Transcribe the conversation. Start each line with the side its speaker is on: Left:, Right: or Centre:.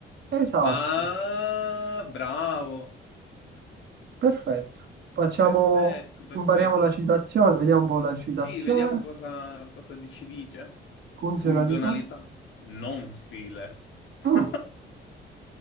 Right: Esatto,
Left: Ah, bravo!
Right: perfetto. Facciamo,
Left: Perfetto, perfetto.
Right: impariamo la citazione, vediamo un po' la citazione,
Left: Sì, vediamo cosa, cosa ci dice.
Right: funzionalità.
Left: Funzionalità, non stile. <laughs>
Right: Mm,